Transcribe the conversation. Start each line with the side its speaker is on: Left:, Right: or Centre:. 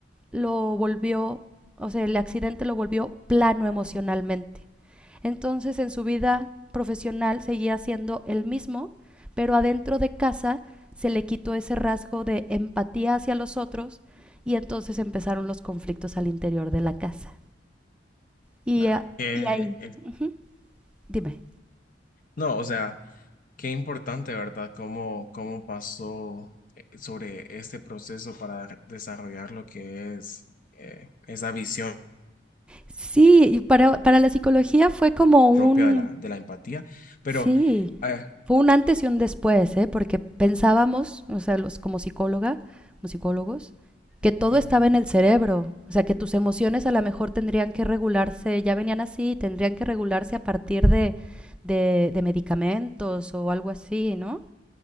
Centre: lo volvió, o sea, el accidente lo volvió plano emocionalmente. Entonces en su vida profesional seguía siendo el mismo, pero adentro de casa se le quitó ese rasgo de empatía hacia los otros y entonces empezaron los conflictos al interior de la casa. Y,
Left: La-
Centre: a-
Left: que-
Centre: y ahí,
Left: eh,
Centre: ujú, dime.
Left: no, o sea, qué importante, ¿verdad? ¿Cómo, cómo pasó? eh, sobre este proceso para desarrollar lo que es eh, esa visión
Centre: Sí, y para, para la psicología fue como un,
Left: propia de la, de la empatía, pero
Centre: Sí,
Left: eh,
Centre: fue un antes y un después, ¿eh? Porque pensábamos, o sea, los como psicóloga, como psicólogos, que todo
Left: ujú.
Centre: estaba en el cerebro, o sea, que tus emociones a lo mejor tendrían que regularse, ya venían así, tendrían que regularse a partir de, de, de medicamentos o algo así, ¿no?